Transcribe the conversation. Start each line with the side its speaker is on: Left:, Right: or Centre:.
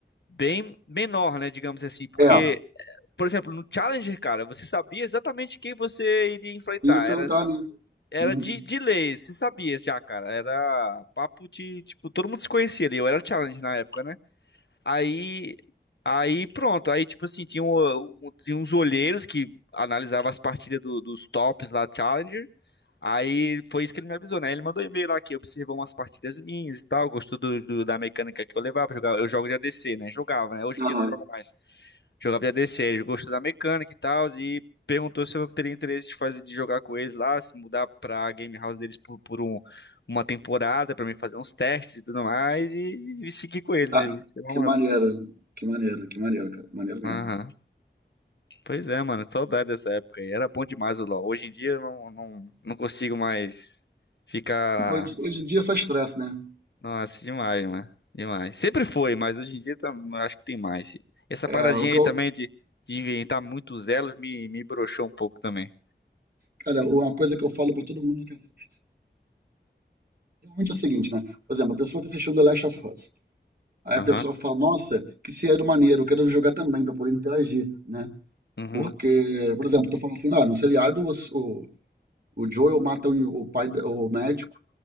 Left: bem menor, né, digamos assim. Porque,
Right: É,
Left: por exemplo, no Challenger, cara, você sabia exatamente quem você iria enfrentar.
Right: e enfrentar,
Left: Era,
Right: né?
Left: era
Right: Uhum.
Left: de, de lei, você sabia já, cara. Era papo de, tipo, todo mundo se conhecia ali. Eu era Challenger na época, né? Aí, aí pronto. Aí, tipo assim, tinha, um- um- tinha uns olheiros que analisavam as partidas do- dos tops lá, Challenger. Aí foi isso que ele me avisou, né? Ele mandou e-mail lá que observou umas partidas minhas e tal, gostou do, do- da mecânica que eu levava. Jogava, eu jogo de ADC, né? Jogava, né? Hoje em
Right: Aham.
Left: dia eu não jogo mais. Jogava de ADC, ele gostou da mecânica e tal, e perguntou se eu não teria interesse de fazer de jogar com eles lá, se mudar pra game house deles por, por um- uma temporada, pra mim fazer uns testes e tudo mais, e, e seguir com eles. Isso
Right: Ah,
Left: é uma
Right: que
Left: massa.
Right: maneira, que maneira, que maneira, cara. Maneiro
Left: Aham.
Right: mesmo.
Left: Pois é, mano, saudade dessa época aí. Era bom demais o LoL. Hoje em dia eu não, não, não consigo mais ficar.
Right: Hoje, hoje em dia é só estresse, né?
Left: Nossa, demais, mano. Demais. Sempre foi, mas hoje em dia tá- acho que tem mais. Essa
Right: É,
Left: paradinha
Right: o que
Left: aí
Right: eu,
Left: também de, de inventar muitos elos me, me broxou um pouco também.
Right: cara, uma coisa que eu falo pra todo mundo que assiste, realmente é o seguinte, né? Por exemplo, a pessoa tá assistindo The Last of Us. Aí
Left: Aham.
Right: a pessoa fala, nossa, que seriado maneiro, eu quero jogar também pra poder interagir, né?
Left: Uhum.
Right: Porque, por exemplo, tô falando assim, ah, no seriado o, O Joel mata o, o pai, o médico